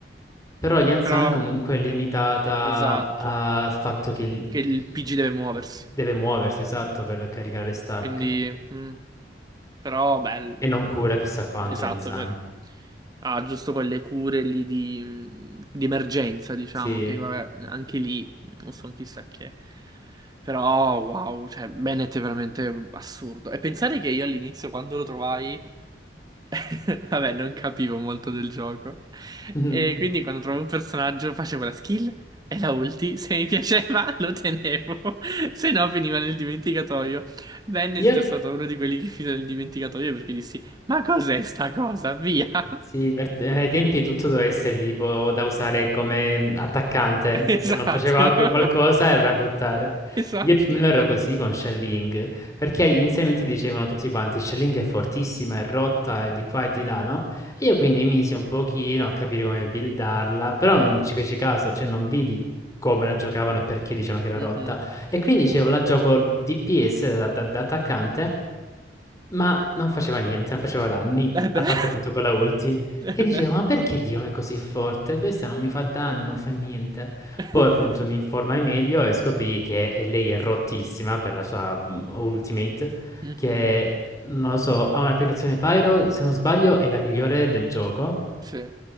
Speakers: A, on the left (about 20°); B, on the right (about 20°).
A: Però Jansson
B: però...
A: comunque è limitata
B: Esatto,
A: al fatto che il-
B: che il PG deve muoversi.
A: deve muoversi, esatto, per caricare le stack.
B: Quindi, mm, però bello.
A: E non cura chissà quanto
B: Esatto,
A: Jansson.
B: è vero. Ha giusto quelle cure lì di, mm, di emergenza, diciamo,
A: Sì.
B: che vabbè, anche lì mm, non so chissà che. Però wow, cioè Bennett è veramente assurdo. E pensare che io all'inizio quando lo trovai <laughs> Vabbè, non capivo molto del gioco.
A: <laughs> eh.
B: E quindi quando trovavo un personaggio facevo la skill e la ulti. <laughs> Se mi piaceva <laughs> lo tenevo, se no finiva nel dimenticatoio. Venne
A: Yep.
B: è stato uno di quelli che finì nel dimenticatoio perché dissi: Ma cos'è sta cosa? Via! <laughs>
A: Sì, per- ai tempi tutto doveva essere tipo da usare come attaccante.
B: Esatto,
A: Se non faceva que- qualcosa
B: <laughs>
A: era da buttare.
B: esatto.
A: Io più o meno ero così con Shelling, perché inizialmente dicevano tutti quanti Shelling è fortissima, è rotta, è di qua e di là, no? E io quindi mi misi un pochino a capire come buildarla, però non ci feci caso, cioè non vidi come la giocavano e perché dicevano che era
B: Mhm.
A: rotta. E quindi dicevo la gioco DPS da da- da attaccante. Ma non faceva niente, non faceva danni.
B: Eh beh,
A: A parte appunto quella ulti.
B: <laughs> eh
A: E dicevo,
B: beh.
A: ma perché Dio è così forte? Questa non mi fa danni, non fa niente.
B: <laughs>
A: Poi appunto mi informai meglio e scoprì che eh, lei è rottissima per la sua mm, ultimate,
B: Mhm.
A: che non lo so, ha un'applicazione Pyro, se non sbaglio è la migliore del gioco.
B: Sì,